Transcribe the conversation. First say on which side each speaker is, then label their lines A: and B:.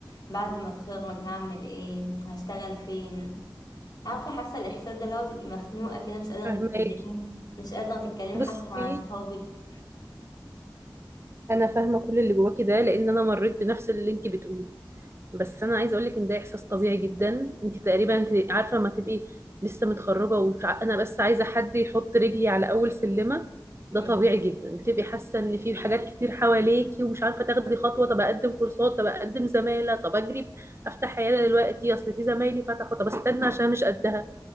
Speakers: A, on the left; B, on the right.
A: بعد ما اتخرج هعمل ايه هشتغل فين عارفة حاسة الاحساس ده اللي هو تبقي مخنوقة كده مش قادرة
B: فهماكي
A: تتكلمي مش قادرة تتكلمي حتى
B: بصي
A: مع اصحابك
B: انا فاهمه كل اللي جواكي ده لان انا مريت بنفس اللي انت بتقوليه بس انا عايزه اقول لك ان ده احساس طبيعي جدا انت تقريبا انت عارفه لما تبقي لسه متخرجه وانا بس عايزه حد يحط رجلي على اول سلمه ده
A: م-
B: طبيعي جدا بتبقي حاسه ان في حاجات كتير حواليكي ومش عارفه تاخدي خطوه طب اقدم كورسات طب اقدم زماله طب اجري افتح عياده دلوقتي اصل في زمايلي فتحوا طب استنى عشان مش قدها